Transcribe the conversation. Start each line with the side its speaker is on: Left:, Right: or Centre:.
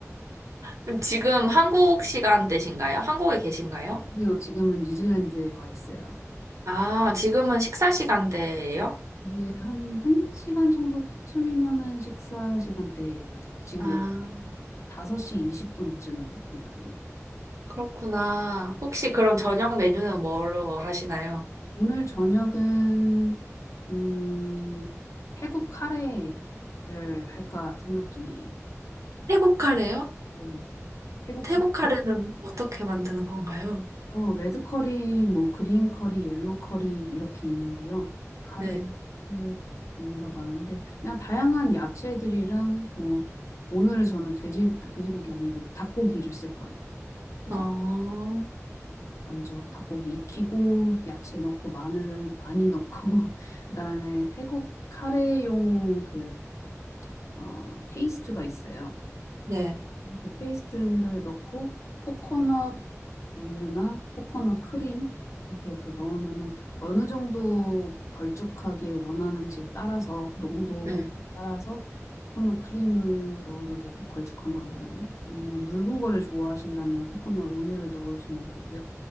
Right: 그럼 지금 한국 시간대신가요? 한국에 계신가요?
Left: 아니요, 지금은 뉴질랜드에 와 있어요.
Right: 아, 지금은 식사 시간대예요?
Left: 이제 한, 한 시간 정도 후쯤이면은 식사 시간대 같아요. 지금
Right: 아,
Left: 여 5시 20분쯤이거든요.
Right: 그렇구나. 혹시 그럼 저녁 메뉴는 뭐로 하시나요?
Left: 오늘 저녁은 음, 태국 카레를 할까 생각 중이에요.
Right: 태국 카레요?
Left: 네. 태국식
Right: 태국 카레는 어떻게 만드는 건가요?
Left: 어, 레드 커리, 뭐 그린 커리, 옐로 커리 이렇게 있는데요. 카레,
Right: 네.
Left: 카레 종류가 많은데 그냥 다양한 야채들이랑 뭐 오늘은 저는 돼지 아, 돼지고기 아니고 닭고기를 쓸 거예요. 그래서
Right: 어,
Left: 먼저 닭고기 익히고 야채 넣고 마늘 많이 넣고 <laughs> 그다음에 태국 카레용 그 어, 페이스트가 있어요.
Right: 네.
Left: 그 페이스트를 넣고 코코넛 우유나 코코넛 크림 이렇게 해서 넣으면은 어느 정도 걸쭉하길 원하는지에 따라서 농도에
Right: 네.
Left: 따라서 코코넛 크림을 넣어도 되고 걸쭉한 걸 원하면 아니면 묽은 거를 좋아하신다면 코코넛 우유를 넣으시면 되고요.